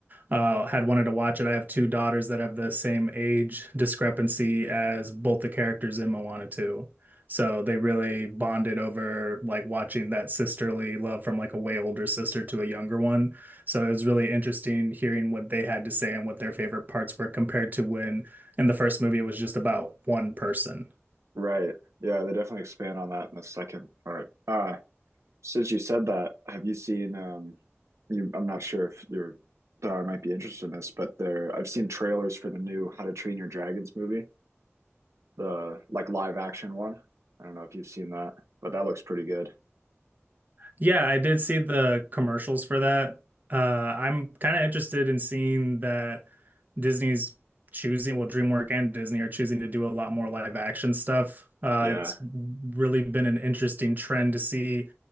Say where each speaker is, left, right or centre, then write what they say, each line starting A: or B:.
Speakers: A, on the right; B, on the right.
A: uh, had wanted to watch it. I have two daughters that have the same age discrepancy as both the characters in Moana 2. So they really bonded over like watching that sisterly love from like a way older sister to a younger one. So it was really interesting hearing what they had to say and what their favorite parts were compared to when in the first movie it was just about one person.
B: Right. Yeah, they definitely expand on that in the second part. Uh, since you said that, have you seen um you I'm not sure if your daughter might be interested in this, but there I've seen trailers for the new How to Train Your Dragons movie, the like live action one. I don't know if you've seen that, but that looks pretty good.
A: Yeah, I did see the commercials for that. Uh, I'm kind of interested in seeing that Disney's choosing, well, DreamWorks and Disney are choosing to do a lot more live action stuff. Uh,
B: Yeah.
A: it's really been an interesting trend to see,